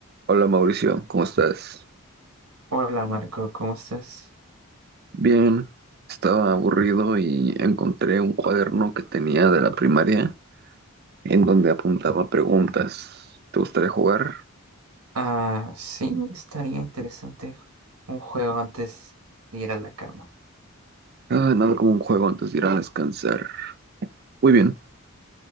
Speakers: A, on the right; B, on the right.
A: Hola Mauricio, ¿cómo estás?
B: Hola Marco, ¿cómo estás?
A: Bien, estaba aburrido y encontré un cuaderno que tenía de la primaria en donde apuntaba preguntas. ¿Te gustaría jugar?
B: Ah, sí, estaría interesante un juego antes de ir a la cama.
A: Ah, nada como un juego antes de ir a descansar. Muy bien,